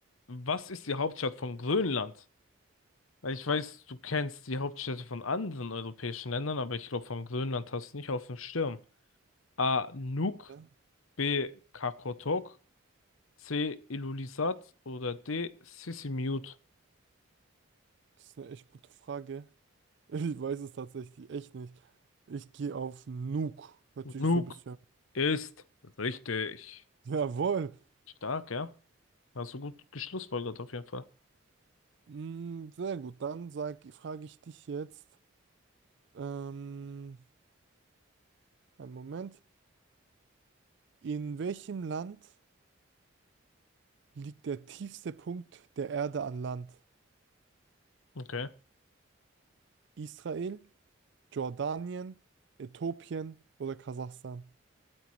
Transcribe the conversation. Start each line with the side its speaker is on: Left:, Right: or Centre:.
Left: Was ist die Hauptstadt von Grönland? Weil ich weiß, du kennst die Hauptstädte von anderen europäischen Ländern, aber ich glaube, von Grönland hast du nicht auf dem Schirm. A. Nuuk,
Right: Ja,
Left: B. Qaqortoq, C. Ilulissat oder D. Sisimiut.
Right: das ist eine echt gute Frage. <laughs> Ich weiß es tatsächlich echt nicht. Ich gehe auf Nuuk. Hört sich
Left: Nuke
Right: so ein bisschen.
Left: ist richtig.
Right: <laughs> Jawohl.
Left: Stark, ja. Hast du gut geschlussfolgert auf jeden Fall.
Right: Mm, sehr gut. Dann sag, frage ich dich jetzt. Ähm, einen Moment. In welchem Land? liegt der tiefste Punkt der Erde an Land?
Left: Okay.
Right: Israel, Jordanien, Äthiopien oder Kasachstan?